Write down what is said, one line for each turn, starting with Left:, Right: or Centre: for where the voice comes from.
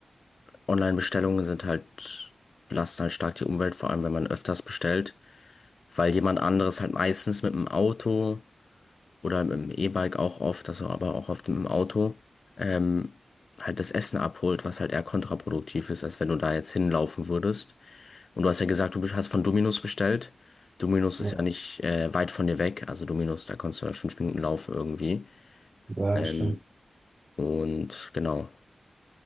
Left: Online-Bestellungen sind halt, belasten halt stark die Umwelt, vor allem wenn man öfters bestellt. weil jemand anderes halt meistens mit dem Auto oder mit dem E-Bike auch oft, also aber auch oft mit dem Auto, ähm, halt das Essen abholt, was halt eher kontraproduktiv ist, als wenn du da jetzt hinlaufen würdest. Und du hast ja gesagt, du bist- hast von Domino's bestellt. Domino's
Right: Ja,
Left: ist ja nicht äh, weit von dir weg, also Domino's, da kannst du halt fünf Minuten laufen irgendwie.
Right: ja,
Left: Ähm,
Right: das stimmt.
Left: und genau,